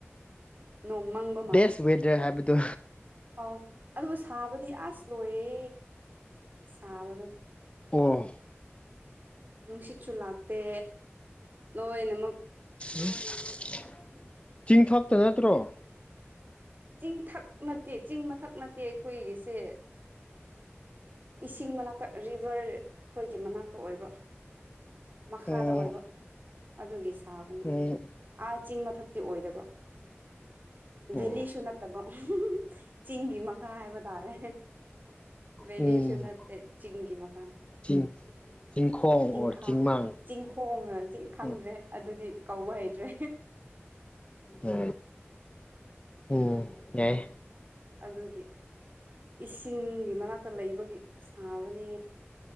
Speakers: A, on the right; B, on the left.
A: ꯅꯣꯡ ꯃꯪꯕ
B: ꯕꯦꯁ ꯋꯦꯗꯔ ꯍꯥꯏꯕꯗꯨ꯫
A: ꯑ ꯑꯗꯨꯕꯨ ꯁꯥꯕꯗꯤ꯫ ꯆꯥꯁ ꯂꯣꯏꯔꯦ ꯁꯥꯕꯗꯣ꯫
B: ꯑꯣ꯫
A: ꯅꯨꯡꯁꯤꯠꯁꯨ ꯂꯥꯛꯇꯦ꯫ ꯂꯣꯏ ꯅ꯫
B: ꯎꯝ ꯆꯤꯡꯊꯇ ꯅꯠꯇ꯭ꯔꯣ꯫
A: ꯆꯤꯡꯊꯛ ꯅꯠꯇꯦ ꯆꯤꯡ ꯃꯊꯛ ꯅꯠꯇꯦ ꯑꯩꯈꯣꯏꯒꯤꯁꯦ ꯏꯁꯤꯡ ꯃꯅꯥꯛꯇ ꯔꯤꯚꯔ ꯑꯩꯈꯣꯏꯒꯤ ꯃꯅꯥꯛꯇ ꯑꯣꯏꯕ꯫ ꯃꯈꯥꯗ
B: ꯎꯝ
A: ꯑꯣꯏꯕ ꯑꯗꯨꯒꯤ ꯁꯥꯕꯅꯤ
B: ꯎꯝ
A: ꯑꯥ ꯆꯤꯡ ꯃꯊꯛꯇꯤ ꯑꯣꯏꯗꯕ
B: ꯑꯣ
A: ꯚꯦꯂꯤ꯫ <unintelligible> ꯆꯤꯡꯒꯤ ꯃꯈꯥ ꯍꯥꯏꯕ ꯇꯥꯔꯦ ꯚꯦꯂꯤꯁꯨ
B: ꯎꯝ
A: ꯅꯠꯇꯦ ꯆꯤꯡꯒꯤ ꯃꯈꯥ꯫ ꯑ꯫
B: ꯆꯤꯡ ꯆꯤꯡꯈꯣꯡ
A: ꯆꯤꯡꯈꯥ
B: ꯑꯣꯔ ꯆꯤꯡꯃꯥꯡ
A: ꯆꯤꯡꯈꯣꯡꯉ ꯈꯪꯗ꯭ꯔꯦ
B: ꯎ
A: ꯑꯗꯨꯗꯤ ꯀꯧꯕ ꯍꯩꯇ꯭ꯔꯦ꯫
B: ꯍ ꯎꯝ ꯌꯥꯏ꯫
A: ꯑꯗꯨꯒꯤ꯫ ꯏꯁꯤꯡꯒꯤ ꯃꯅꯥꯛꯛꯇ꯫ ꯂꯩꯕꯒꯤ ꯁꯥꯕꯅꯦ